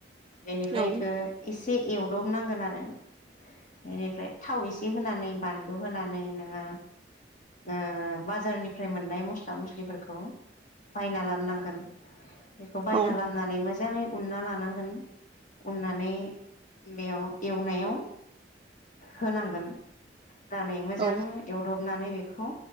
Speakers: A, on the left; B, on the right.
A: बेनिफ्राय
B: औ
A: इखो एसे एवदबनांगोन आरो। बेनिफ्राय थाव एसे होनानै बानलु होनानै नोङो ओ बाजारनिफ्राय मोननाय मस्ला मस्लिफोरखौ बायना लामनांगोन। बेखौ बायना
B: औ
A: लामनानै मोजाङै उनना लानांगोन, उननानै बेयाव एवनायाव होनांगोन। होनानै मोजां
B: औ
A: एवदब नानै बेखौ